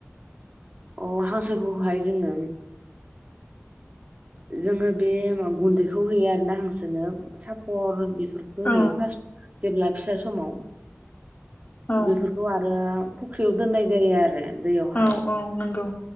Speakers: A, on the right; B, on the left.
A: अ हांसोखौहाय जोङो जोङो बे गुन्दैखौ होयो आरो ना हांसोनो सापर बेफो फोरख
B: औ
A: होयो फास जेब्ला फिसा समाव।
B: औ
A: बेफोरखौ आरो फुख्रियाव दोननाय जायो आरो। दैयावहाय
B: औ औ नंगौ।